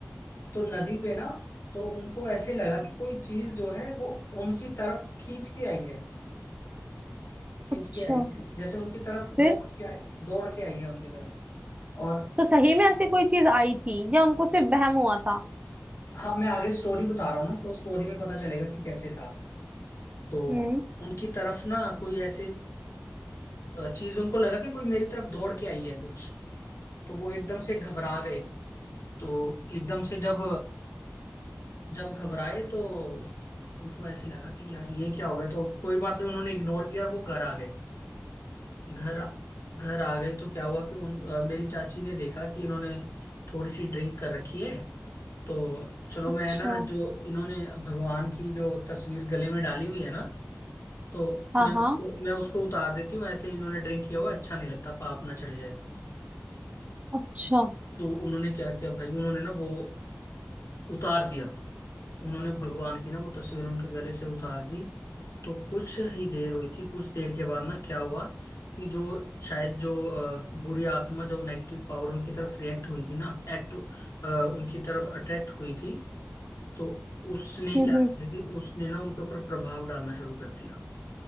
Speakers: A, on the left; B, on the right.
A: तो नदी पे ना तो उनको ऐसे लगा कि कोई चीज जो है वो उनकी तरफ खींच के आई है खींच
B: अच्छा
A: के आई है जैसे उनकी तरफ
B: फिर
A: दौड़ के आई दौड़ के आई है उनकी तरफ और
B: तो सही में ऐसी कोई चीज आई थी या उनको सिर्फ वहम हुआ था
A: हाँ मैं आगे स्टोरी बता रहा हूँ ना तो स्टोरी में पता चलेगा कि कैसे था तो
B: हम्म
A: उनकी तरफ ना कोई ऐसे चीज उनको लगा कि कोई मेरी तरफ दौड़ के आई है कुछ तो वो एकदम से घबरा गए तो एकदम से जब जब घबराए तो उनको ऐसे लगा कि यार ये क्या हो गया तो कोई बात नहीं उन्होंने इग्नोर किया और वो घर आ गए घर आ- घर आ गए तो क्या हुआ कि उन अ, मेरी चाची ने देखा कि इन्होंने थोड़ी सी ड्रिंक कर रखी है तो चलो
B: अच्छा
A: मैं ना जो इन्होंने भगवान की जो तस्वीर गले में डाली हुई है ना तो
B: हाँ
A: मैं
B: हाँ
A: उसको मैं उसको उतार देती हूँ ऐसे इन्होंने ड्रिंक किया हुआ है, अच्छा नहीं लगता पाप ना चढ़ जाए
B: अच्छा
A: तो उन्होंने क्या किया भाई उन्होंने ना वो उतार दिया उन्होंने भगवान की ना वो तस्वीर उनके गले से उतार दी तो कुछ ही देर हुई थी कुछ देर के बाद ना क्या हुआ कि जो शायद जो अ, बुरी आत्मा जो नेगेटिव पावर उनकी तरफ रिएक्ट हुई थी ना एक्ट उनकी तरफ अट्रैक्ट हुई थी तो उसने
B: हम्म
A: क्या
B: हम्म।
A: किया कि उसने ना उनके ऊपर प्रभाव डालना शुरू कर दिया